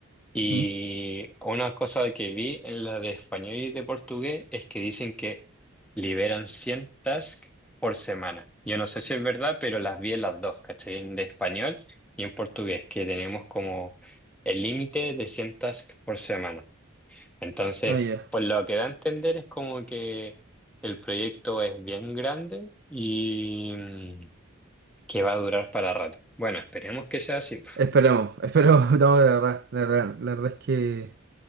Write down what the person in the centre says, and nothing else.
Y
una cosa que vi en la de español y de portugués es que dicen que liberan 100 tasks por semana. Yo no sé si es verdad, pero las vi en las dos, ¿cachai? En de español y en portugués, que tenemos como el límite de 100 tasks por semana. Entonces,
por lo que da a entender es como que el proyecto es bien grande y que va a durar para rato. Bueno, esperemos que sea así.